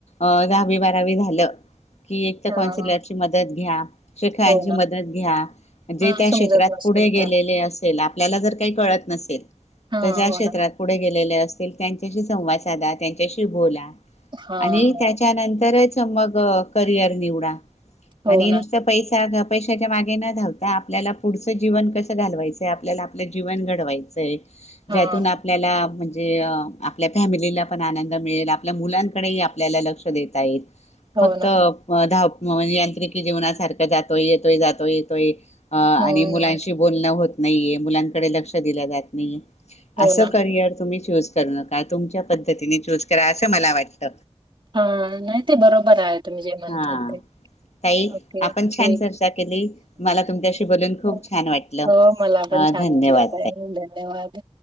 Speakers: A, on the left (about 80°); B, on the right (about 45°).
A: अ दहावी बारावी झालं. कि एक तर
B: हां,
A: कौन्सिलर
B: हां.
A: ची मदत घ्या. <unintelligible>
B: हो ना.
A: मदत घ्याजे
B: हां,
A: त्या क्षेत्रात
B: समजत नसेल
A: पुढे गेलेले
B: तर.
A: असेल आप आपल्याला जर काही कळत नसेल.
B: हां,
A: ते ज्या
B: हो
A: क्षेत्रात
B: ना.
A: पुढे गे शिकलेले असतील त्यांच्याशी संवाद साधा, त्यांच्याशी बोला.
B: हां,
A: आणि
B: हां.
A: त्याच्यानंतरच त मग करिअर निवडा.
B: हो
A: आणि
B: ना.
A: नुसत पैसा घ पैशाच्या मागे न धावता, आपल्याला पुढचं जीवन कस त घालवायचंय, आपल्याला आपलं जीवन घडवायचंय.
B: हां,
A: ज्यातून आपल्याला
B: हां.
A: म्हंजे जे अ आपल्या फॅमिलीला पण आनंद मिळेल, आपल्या मुलांकडही आपल्याला लक्ष देता येईल.
B: हो
A: फक्त
B: ना.
A: अ प धाव म यांत्रिकी जीवनासारखं जातोय येतोय, जातोय येतोय. अ आणि
B: हम्म.
A: मुलांशी <unintelligible> होत नाहीेये, मुलांकडे लक्ष दिलं जात नई.
B: हो
A: असं
B: ना.
A: करियर तुम्ही चू चूज करू नका, तुमच्या पद्धतीने चूज करा असं मला वाटत.
B: हा नाही ते बरोबराय, तुम्ही जे म्हणता
A: हा
B: ते,
A: ताई
B: ओके
A: आपण
B: ठीक,
A: छान चर्चा केली मला तुमच्याशी बोलून खूप
B: हम्म
A: छान वाटलं.
B: हो मला
A: अ
B: पण छान
A: धन्यवाद
B: वाटलं ताई, धन्यवाद